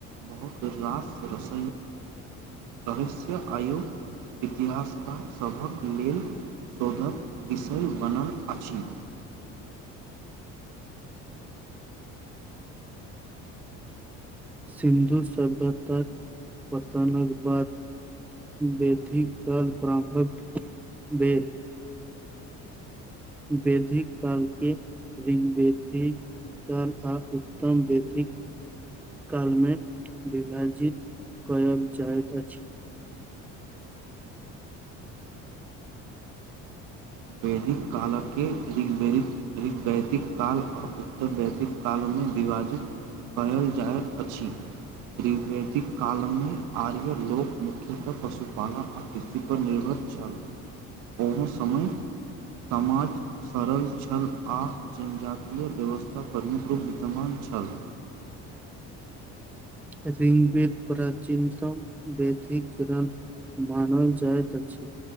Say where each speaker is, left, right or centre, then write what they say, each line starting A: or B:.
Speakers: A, on the right (about 80°); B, in the centre.
A: बहुत रास रस रहस आयु इतिहासकेँ सभक लेल शोधक विषय बनल अछि
B: सिन्धु सभ् पतानक बाद बेैथिक काल प्रारंभ भेल वेदिक कालकेँ ऋंग वेदिक चाल आ उत्तम वैथिक कालमे विभाजित कय जाइत अछि
A: वैदिक कालकेँ ऋगवैदिक काल आ उत्तर वैदिक कालमे विभाजित कयल जाइत अछि त्रिवेदिक कालमे आर्य लोक मुख्यतः पशुपालन आ कृषिपर निर्भर छल ओहो समय समाज सरल छल आ जनजातिय व्यवस्था प्रमुख्य रूप विद्यमान छल
B: ऋग्वेद प्राचीनतम वेद ग्रंथ मानल जाइत अछि